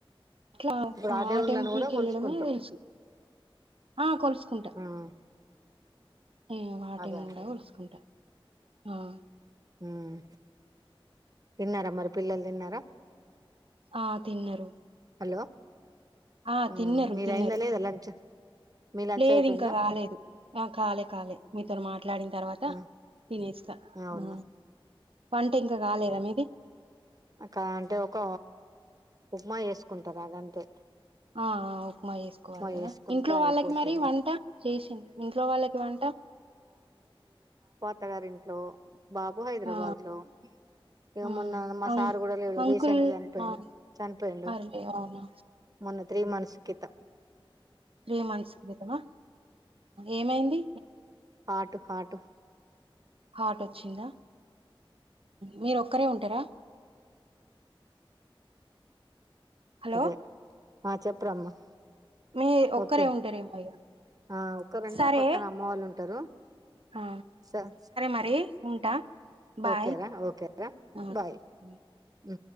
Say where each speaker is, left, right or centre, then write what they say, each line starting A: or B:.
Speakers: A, on the right; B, on the right.
A: అట్లా
B: ఇప్పుడు దేవుళ్ళని
A: ఆ టెంపుల్
B: కూడా
A: కి వెళ్ళడమే
B: కొలుచుకుంటాం
A: తెలుసు ఆ కోలుసుకుంటా
B: ఉమ్
A: నే వాటిని
B: అదే అంటున్నా
A: గూడ కోలుసుకుంటారు ఆ
B: హ్మ్ తిన్నారా మరి పిల్లలు తిన్నారా
A: ఆ తిన్నరు
B: హలో
A: ఆ
B: ఉమ్
A: తిన్నారు
B: మీది
A: తిన్నారు
B: అయిందా లేదా లంచ్ మీ లంచ్
A: లేదు
B: అయిపోయిందా
A: ఇంకా కాలేదు ఆ కాలే కాలే మీతోని మాట్ మాట్లాడిన్ తర్వాత
B: ఆ
A: తినేస్తా
B: అవును
A: ఆ! వంట ఇంకా గలేదా మీది
B: అక్క అంటే ఒక ఉప్మా వేసుకుంటారు అదంతే
A: ఆ ఉప్మా చేసుకోవాలి
B: ఉప్మా
A: గదా
B: చేసుకుంటే
A: ఇంట్లో వాళ్ళకి
B: అయిపోతది
A: మరి వంట చేసిం ఇంట్లో వాళ్ళకి వంట
B: అత్తగారింట్లో బాబు హైదరాబాద్
A: ఆ
B: లో ఇగ
A: ఆ
B: మొన్న మస్
A: అం
B: సార్ గూడ లేడు
A: అంకుల్
B: రీసెంట్ చనిపోయిండు
A: ఆ
B: చనిపోయిండు
A: అర్రే అవునా
B: మొన్న త్రీ మంత్స్ కిత
A: త్రీ మంత్స్ క్రితమా ఏమైంది
B: హాట్ హాట్
A: హార్ట్ వచ్చిందా మీరు ఒక ఒకరే ఉంటారా హలో
B: అదే ఆ చెప్ప్రమ్మ
A: మీ ఒక్కరే
B: ఓకే
A: ఉంటారేమో ఇగ.
B: ఆ ఒకరంటే
A: సరే
B: పక్కన అమ్మ వాళ్ళు ఉంటారు
A: ఆ!
B: సరే
A: మరి ఉంటా. బాయ్.
B: ఓకేరా ఓకేరా
A: ఆ!
B: బాయ్
A: హ్మ్.
B: ఆ